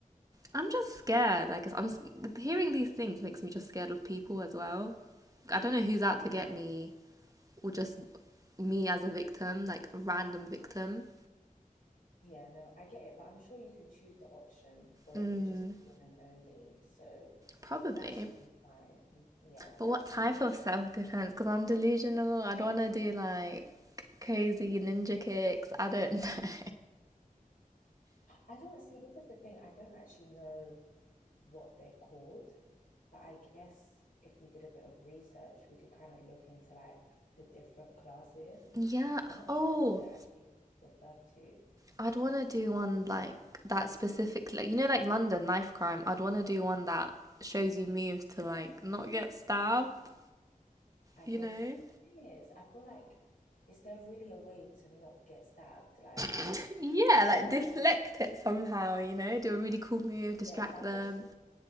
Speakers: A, on the right; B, on the left.
A: I'm just scared. I guess I'm hearing these things makes me just scared of people as well. I don't know who's out to get
B: Yeah.
A: me or just me as a victim, like a random victim?
B: Yeah, no, I get it, but I'm sure you can choose the option for
A: Mm,
B: it to just be women only. So
A: probably.
B: that should be fine. Yeah,
A: But
B: that
A: what
B: should
A: type
B: be
A: of
B: fine.
A: self defense? Because I'm delusional. I don't want to do like crazy ninja kicks. I don't know.
B: I don't see, this is the thing, I don't actually know what they're called, but I guess if we did a bit of research, we could kind of look into like the different classes.
A: <laughs> yeah.
B: I'm not
A: Oh,
B: sure what they're actually referred to.
A: I'd want to do one like that specifically. You know, like London knife crime. I'd want to do one that shows you moves to like not get stabbed.
B: I guess
A: You know.
B: the thing is, I feel like, is there really a way to not get stabbed? Like,
A: <laughs> yeah,
B: I feel
A: like
B: like,
A: deflect it somehow. You know, do a really cool move, distract
B: yeah, so I
A: them.
B: guess